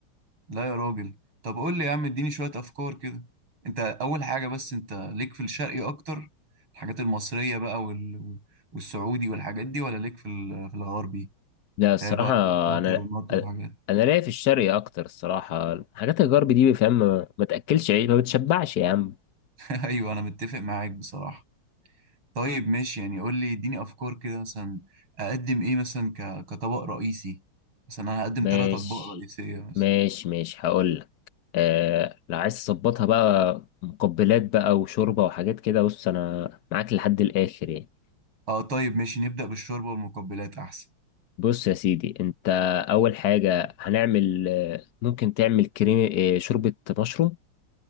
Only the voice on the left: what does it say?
لا
الصراحه
انا
انا لاقي في الشرقي اكتر الصراحه حاجات الغرب دي فاهم ما ما تاكلش عيش ما بتشبعش يا عم
ماشي
ماشي ماشي هقول لك آه لو عايز تظبطها بقى مقبلات بقى وشوربة وحاجات كده بص أنا معاك لحد الآخر يعني
بص يا سيدي أنت أول حاجة هنعمل آه، ممكن تعمل كريم آه، شوربة مشروم